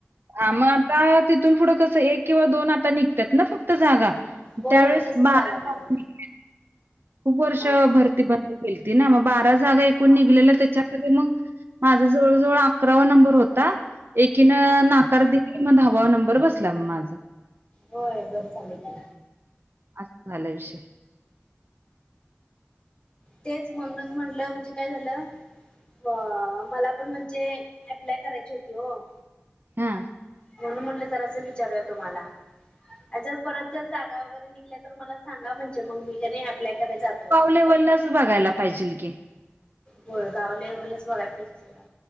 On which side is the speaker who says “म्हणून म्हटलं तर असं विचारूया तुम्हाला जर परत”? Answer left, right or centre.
Left